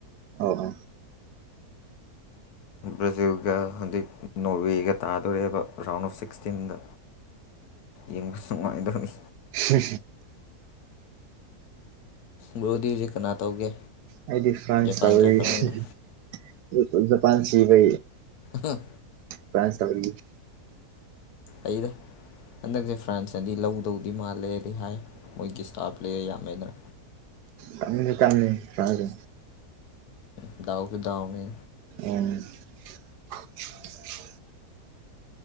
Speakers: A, on the right (about 85°); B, on the left (about 75°).
A: ꯑꯣ
B: ꯭ꯔꯖꯤꯒ ꯍꯧꯖꯤꯛ ꯅꯣꯔꯋꯦꯒ ꯇꯥꯗꯣꯔꯦꯕ ꯔꯥꯎꯟ ꯑꯣꯐ ꯁꯤꯛꯁꯇꯤꯟꯗ ꯌꯦꯡꯕꯁꯨ ꯅꯨꯡꯉꯥꯏꯗꯕꯅꯤ
A: ꯍ
B: ꯒ꯭ꯔꯣꯗꯤ ꯍꯧꯖꯤꯛ ꯀꯅꯥ ꯇꯧꯒꯦ
A: ꯑꯩꯗꯤ ꯐ꯭ꯔꯥꯟꯁ
B: ꯖꯄꯥꯟ
A: ꯆꯕ
B: ꯆꯠꯈ꯭ꯔꯕꯅꯤꯅ
A: ꯖꯄꯥꯟ ꯁꯤꯕ
B: ꯑ
A: ꯐ꯭ꯔꯥꯟꯁ ꯇꯕꯔ
B: ꯑꯩꯗ ꯍꯟꯗꯛꯁꯦ ꯐ꯭ꯔꯥꯟꯁꯅꯗꯤ ꯂꯧꯗꯧꯗꯤ ꯃꯥꯜꯂꯦꯗꯤ ꯍꯥꯏ ꯃꯣꯏꯒꯤ ꯁꯇꯥ ꯄ꯭ꯂꯦ ꯌꯥꯝ ꯑꯃꯃꯦꯗ꯭ꯔ
A: ꯇꯝꯁꯨ ꯇꯝꯅꯤ ꯆꯗ
B: ꯎ ꯗꯎ ꯀꯗꯅꯤ
A: ꯎ